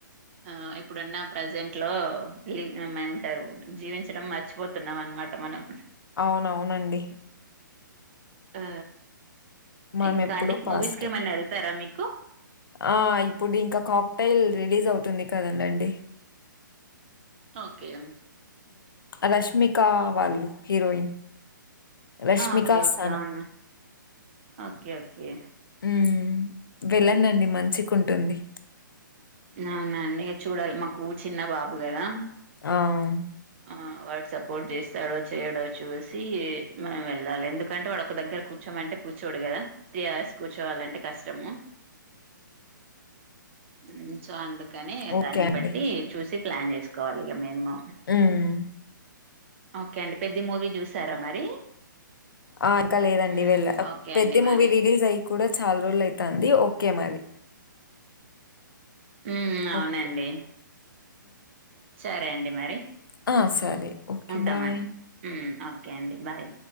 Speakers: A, on the right (about 35°); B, on the left (about 85°).
A: ఆ ఇప్పుడున్న ప్రజెంట్ ట్లో లివ్ ఏమంటారు జీవించడం మర్చిపోతున్నాం అనమాట మనం
B: అవునవునండి
A: ఆ
B: మనమెప్పుడూ
A: ఇంకా అండి
B: పాస్టే.
A: మూవీస్కి ఏమైన్నా వెళ్తారా మీకు
B: ఆ ఇప్పుడు ఇంకా కాక్టైల్ రిలీజ్ అవుతుంది కదండండి
A: ఓకే
B: రష్మికా వాళ్ళు హీరోయిన్ రష్మిక
A: ఆ! ఓకే
B: అస్తానా
A: ఓకే అవును ఓకే ఓకే
B: ఉం వెళ్ళనండి మంచికుంటుంది
A: అవునండి ఇక చూడాలి మాకు ఊ చిన్న బాబు గదా
B: ఆమ్
A: ఆ వాడు సపోర్ట్ చేస్తాడో చేయడో చూసి మేం వెళ్ళాలి ఎందుకంటే వాడు ఒక దగ్గర కూర్చో మంటే అంటే కూర్చోడు కదా త్రీ అవర్స్ కూర్చోవాలంటే కష్టము
B: అ
A: ఉమ్ సో అందుకని
B: ఓకే
A: దాన్ని
B: అండి.
A: బట్టి చూసి ప్లాన్ చేసుకోవాలి ఇక మేము
B: ఉమ్
A: ఓకే అండి పెద్ద మూవీ చూసారా మరి
B: ఆ ఇంకా లేదండి
A: ఉమ్,
B: వెళ్ళ
A: ఓకే
B: పెద్ద
A: అండి
B: మూవీ
A: మరి
B: రిలీజ్ అయ్య కూడా చాలా రోజులు అయితంది కే మరి
A: మ్ అవునండి
B: ఓకే.
A: సరే అండి మరి
B: అ సరే ఓకే.
A: ఉంటామన్
B: బాయ్.
A: మ్ ఓకే అండి బాయ్